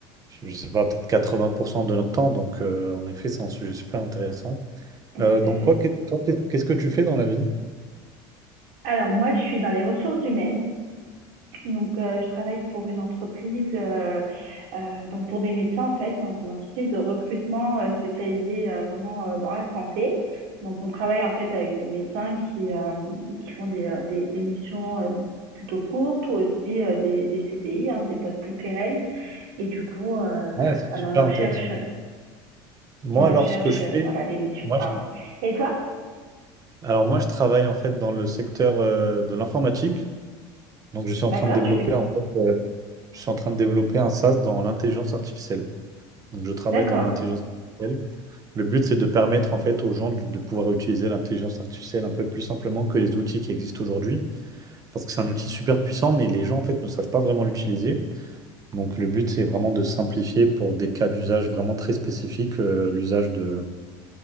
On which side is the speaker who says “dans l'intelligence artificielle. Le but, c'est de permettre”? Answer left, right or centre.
Right